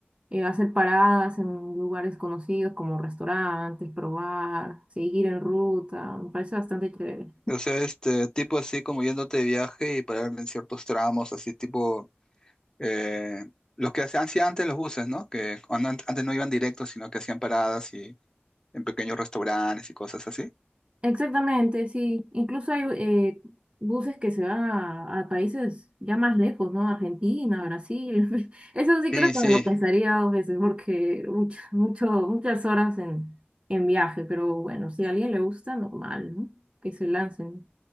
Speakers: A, on the right; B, on the left.
A: eh, hacer paradas en lugares conocidos como restaurantes, probar, seguir en ruta. Me parece bastante chévere.
B: O sea, este tipo así como yéndote de viaje y parar en ciertos tramos, así tipo eh, los que hacían hacían antes los buses, ¿no? Que cuando an- antes no iban directos, sino que hacían paradas y en pequeños restaurantes y cosas así.
A: Exactamente, sí. Incluso hay eh, buses que se van a, a países ya más lejos, ¿no? Argentina, Brasil. <laughs> Eso sí
B: Sí,
A: creo que
B: sí.
A: me lo pensaría dos veces porque mucha- mucho, muchas horas en, en viaje, pero bueno, si a alguien le gusta, normal, ¿no? Que se lancen.